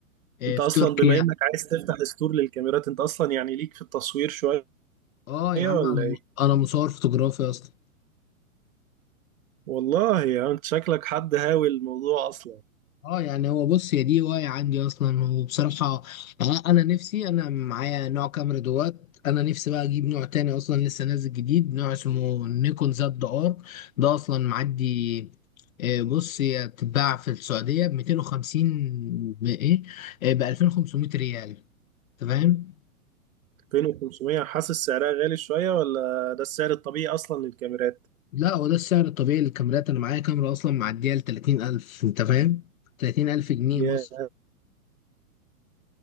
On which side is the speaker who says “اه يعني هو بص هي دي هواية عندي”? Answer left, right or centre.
Left